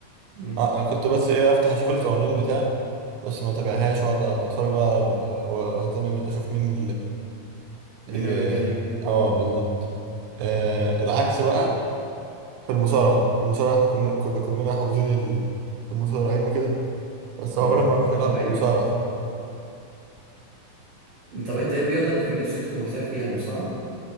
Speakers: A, on the right; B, on the right.
A: مم.
B: أه آه، كنت بس إيه أفتح أشوف القوانين بتاع بس ما تابعهاش واقعد اتفرج بقى واهتم مين- اشوف مين
A: من
B: ال-
A: الرياضيين اللي فيهم
B: اه
A: كده
B: بالظبط آه
A: مم.
B: العكس بقى في المصارعة المصارعة احنا كنا كنا كلنا حافظين ال- المصارعين وكده بس عمرنا
A: مم.
B: ما نروح
A: صح
B: نلعب
A: ده حقيقي
B: مصارعة فاهم
A: طب انت ايه الرياضة اللي كان نفسك تكون محترف فيها المصارعة